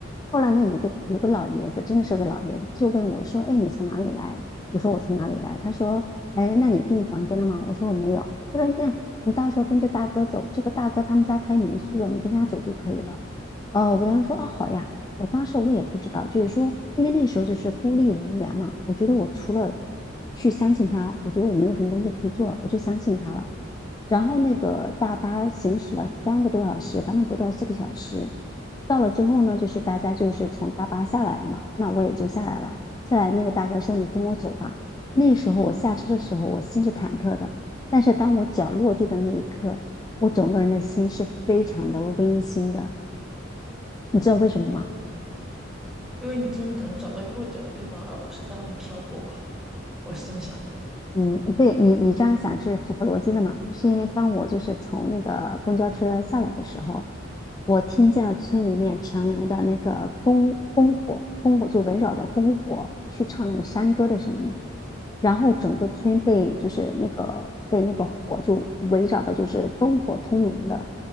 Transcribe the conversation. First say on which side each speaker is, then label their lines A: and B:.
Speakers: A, on the left; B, in the centre.
A: 后来呢，有个有个老爷子，真的是个老爷子，就问我说：“哎，你从哪里来？”我说：“我从哪里来？”他说：“哎，那你订房间了吗？”我说：“我没有。”他说：“这样，你到时候跟着大哥走，这个大哥他们家开民宿的，你跟他走就可以了。”呃，我当时说啊，好呀，我当时我也不知道，就是说，因为那时候就是孤立无援嘛，我觉得我除了去相信他，我觉得我没有什么东西可以做了，我就相信他了。然后那个大巴行驶了三个多小时，反正不到四个小时，到了之后呢，就是大家就是从大巴下来了嘛，那我也就下来了。下来那个大哥说：“你跟我走吧。”那时候我下车的时候，我心是忐忑的，但是当我脚落地的那一刻，我整个人的心是非常的温馨的。你知道为什么吗？
B: 因为你终于可能找到一个落脚的地方，而不是在外面漂泊吧。我是这么想的。
A: 嗯，对你，你这样想是符合逻辑的嘛？是因为当我就是从那个公交车下来的时候，我听见了村里面传来的那个烽烽火，烽火就围绕着烽火去唱那个山歌的声音，然后整个村被就是那个被那个火就围绕的，就是灯火通明的，